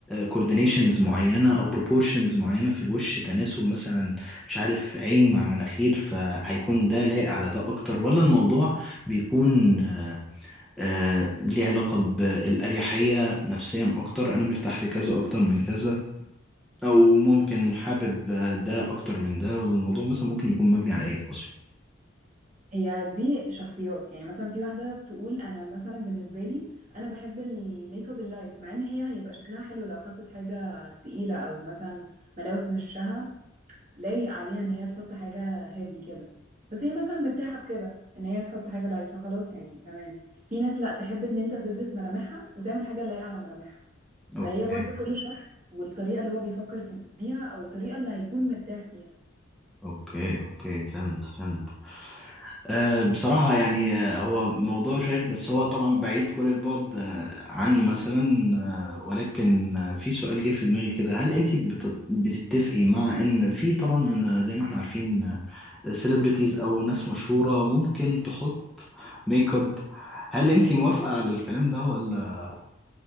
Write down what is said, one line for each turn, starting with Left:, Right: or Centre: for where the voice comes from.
Centre: كوردينيشنز معينة او بروبورشنز معينة في الوش تناسب مثلا مش عارف عين مع مناخير فهيكون ده لايق على ده اكتر ولا الموضوع بيكون آه، ليه علاقة بالأريحية نفسيا اكتر انا مرتاح لكذا اكتر من كذا او ممكن حابب آه، ده اكتر من ده ولا الموضوع مثلا ممكن يكون مبني على ايه اصلا
Right: هي دي شخصيات يعني مثلا في واحدة تقول أنا مثلا بالنسبة لي أنا بحب الميك اب اللايت مع إن هي هيبقى شكلها حلو لو حطت حاجة تقيلة أو مثلا ملامح من وشها لايق عليها إن هي تحط حاجة هيفي كده بس هي مثلا مرتاحة في كده إن هي تحط حاجة لايت فخلاص يعني تمام في ناس لأ تحب إن أنت تدرس ملامحها وتعمل حاجة لايقة على ملامحها
Centre: اوكي
Right: فهي برضو كل شخص والطريقة اللي هو بيفكر في بيها أو الطريقة اللي هيكون مرتاح فيها
Centre: اوكي اوكي فهمت فهمت أه بصراحة يعني آه، هو موضوع شيق بس هو طبعا بعيد كل البعد آه، عني مثلا آه، ولكن آه، في سؤال جه في دماغي كده هل انت بت- بتتفقي مع ان في طبعا آه، زي ما احنا عارفين سيلبرتيز او ناس مشهورة ممكن تحط ميك اب هل انت موافقة على الكلام ده ولا